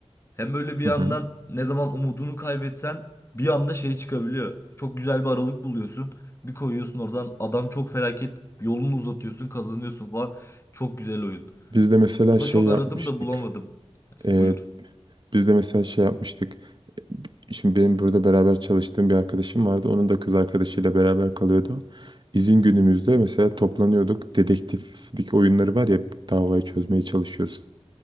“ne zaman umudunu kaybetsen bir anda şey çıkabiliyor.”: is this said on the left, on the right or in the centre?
Left